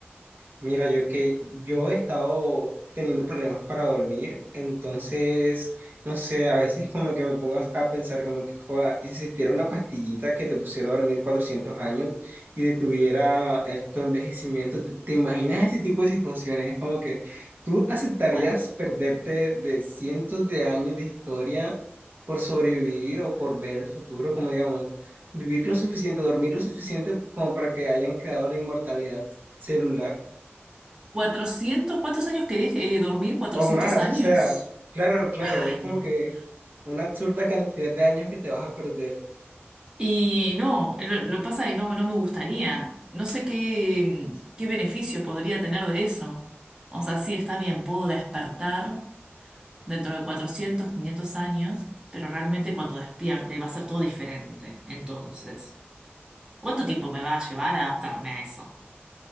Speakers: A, on the right; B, on the right.
A: Mira, yo que yo he estado teniendo problemas para dormir, entonces, no sé, a veces como que me pongo a pensar como que, joda, y si existiera una pastillita que te pusiera a dormir 400 años y detuviera el- tu envejecimiento, ¿te, te imaginas ese tipo de situaciones? Es como que tú aceptarías
B: Cua-
A: perderte de cientos de años de historia por sobrevivir o por ver el futuro, como digamos, vivir lo suficiente, dormir lo suficiente como para que hayan creado la inmortalidad celular.
B: ¿400? ¿Cuántos años querés eh, dormir? Cuatrocientos
A: O más,
B: años?
A: o sea, claro, claro,
B: Ay,
A: es como
B: no.
A: que una absurda cantidad de años que te vas a perder.
B: Y no, lo, lo pasa que no, no me gustaría. No sé qué, qué beneficio podría tener de eso. O sea, sí, está bien, puedo despertar dentro de cuatrocientos quinientos años, pero realmente cuando despierte va a ser todo diferente. Entonces, ¿cuánto tiempo me va a llevar a adaptarme a eso?